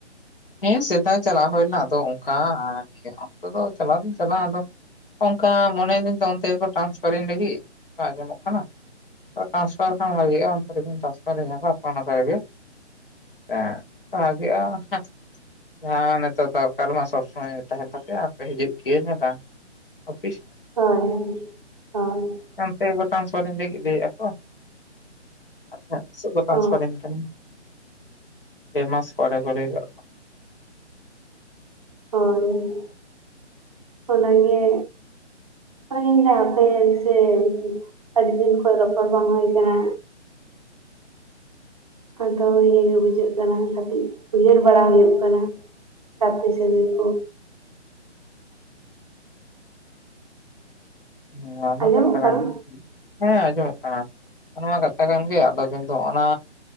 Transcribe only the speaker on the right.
ᱦᱳᱭ ᱦᱳᱭ
ᱚ
ᱦᱳᱭ ᱚᱱᱟᱜᱮ <unintelligible> ᱟᱯᱮ ᱜᱮ ᱥᱮ ᱟᱹᱰᱤ ᱫᱤᱱ ᱠᱷᱚᱱ ᱨᱚᱯᱚᱲ ᱵᱟᱝ ᱦᱩᱭ ᱠᱟᱱᱟ ᱟᱫᱚ ᱤᱭᱟᱹ ᱜᱮ ᱵᱩᱡᱷᱟᱹᱜ ᱠᱟᱱᱟ ᱠᱟᱹᱴᱤᱡ ᱩᱭᱦᱟᱹᱨ ᱵᱟᱲᱟ ᱦᱩᱭᱩᱜ ᱠᱟᱱᱟ ᱜᱟᱛᱮ ᱥᱟᱹᱜᱟᱹᱭ ᱠᱚ
ᱟᱸᱡᱚᱢᱚᱜ
ᱠᱟᱱᱟ